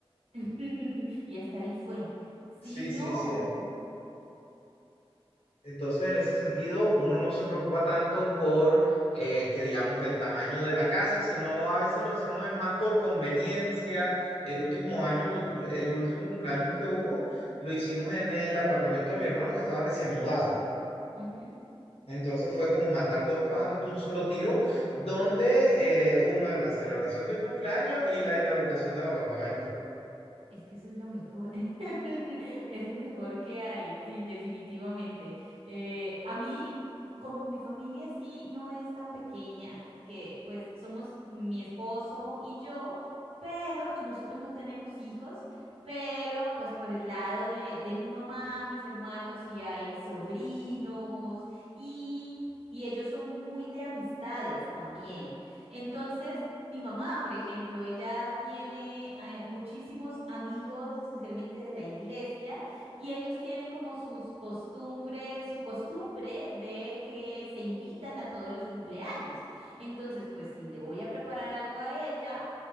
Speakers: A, on the right; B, on the left.
A: <laughs> Y hasta ahí fue. Si
B: Sí,
A: no.
B: sí, sí. Entonces, en ese sentido, uno no se preocupa tanto por eh, que digamos que el tamaño de la casa, sino a veces lo hacemos es más por conveniencia. El último año, lo- el último cumpleaños que hubo, lo hicimos en el apartamento de mi hermano que estaba recién mudado.
A: ujú.
B: Entonces fue como matar dos pájaros de un solo tiro, donde eh, uno era la celebración del cumpleaños y la inauguración del apartamento.
A: Es que eso es lo mejor, <laughs> es lo mejor que hay, sí, definitivamente. Eh, a mí, como mi familia sí no es tan pequeña, porque pues somos mi esposo y yo, pero, y nosotros no tenemos hijos, pero pues por el lado de, de mi mamá, mis hermanos sí hay sobrinos y, y ellos son muy de amistades también. Entonces, mi mamá, por ejemplo, ella tiene eh, muchísimos amigos, especialmente de la iglesia, y ellos tienen como sus costumbres, su costumbre de que se invitan a todos los cumpleaños. Entonces, pues si le voy a preparar algo a ella,